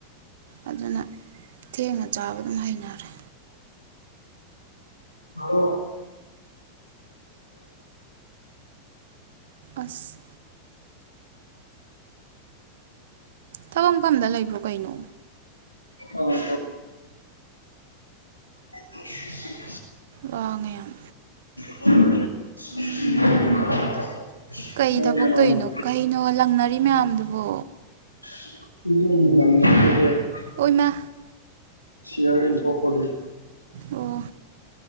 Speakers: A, on the right; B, on the left.
A: ꯑꯗꯨꯅ ꯊꯦꯡꯅ ꯆꯥꯕ ꯑꯗꯨꯝ ꯍꯩꯅꯔꯦ
B: ꯅꯣꯏ
A: ꯑꯁ ꯊꯕꯛꯐꯝꯗ ꯂꯩꯕ꯭ꯔꯣ ꯀꯩꯅꯣ
B: ꯑꯥ <inaudible>
A: ꯋꯥꯉ ꯌꯥꯝ ꯌꯥꯝ
B: <inaudible> <unintelligible>
A: ꯀꯩ
B: ꯅꯣꯏ
A: ꯊꯕꯛ
B: ꯅꯃꯥꯟꯅꯕꯤ
A: ꯇꯧꯔꯤꯅꯣ ꯀꯩꯅꯣ ꯂꯪꯅꯔꯤ ꯃꯌꯥꯝꯗꯨꯕꯣ
B: <inaudible>
A: ꯑꯣꯏꯃ
B: ꯁꯤꯌꯥꯔꯤꯟ ꯊꯄꯂꯤ
A: ꯑꯣ